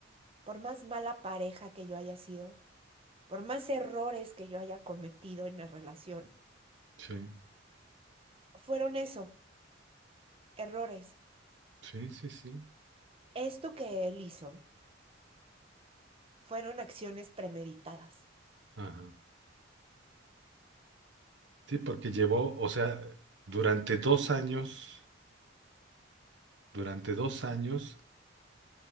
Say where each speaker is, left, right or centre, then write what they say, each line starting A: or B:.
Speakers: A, on the right; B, on the right.
A: por más mala pareja que yo haya sido, por más errores que yo haya cometido en la relación,
B: Sí,
A: fueron eso, errores.
B: sí, sí, sí.
A: Esto que él hizo fueron acciones premeditadas.
B: Ajá. Sí, porque llevó, o sea, durante dos años, durante dos años